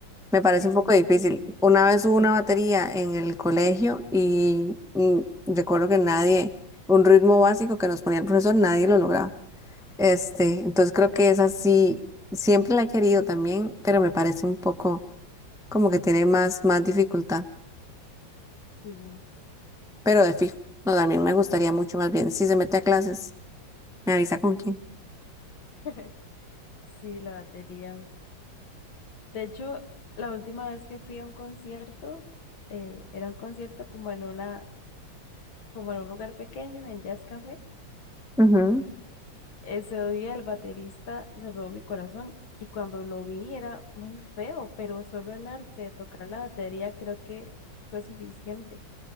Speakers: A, in the centre; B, on the left.
A: Me parece
B: sí,
A: un poco
B: sí,
A: difícil. Una vez hubo una batería en el colegio y mm, recuerdo que nadie, un ritmo básico que nos ponía el profesor, nadie lo lograba. Este, entonces creo que esa sí, siempre la he querido también, pero me parece un poco como que tiene más, más dificultad.
B: sí.
A: Pero de fijo, no, también me gustaría mucho más bien. Si se mete a clases, me avisa con quién.
B: <laughs> Sí, la batería. De hecho, la última vez que fui a un concierto, eh, era un concierto como en una, como en un lugar pequeño, en Jazz Café.
A: Ujú.
B: Ese día el baterista se robó mi corazón y cuando lo vi era muy feo, pero solo el arte de tocar la batería creo que fue suficiente.